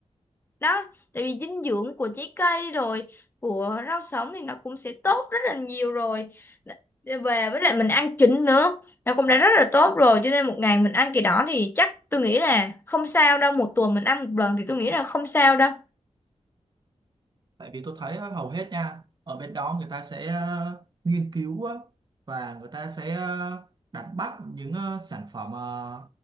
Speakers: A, on the left (about 15°); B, on the right (about 35°).
A: đó tại vì dinh dưỡng của trái cây rồi của rau sống thì nó cũng sẽ tốt rất là nhiều rồi Để về với lại mình ăn trứng nữa nó cũng đã rất là tốt rồi cho nên một ngày mình ăn cái đó thì chắc tôi nghĩ là không sao đâu một tuần mình ăn một lần thì tôi nghĩ là không sao đâu
B: Tại vì tôi thấy á, hầu hết nha, ở bên đó người ta sẽ ờ, nghiên cứu á, và người ta sẽ ờ, đánh bắt những ờ, sản phẩm ờ,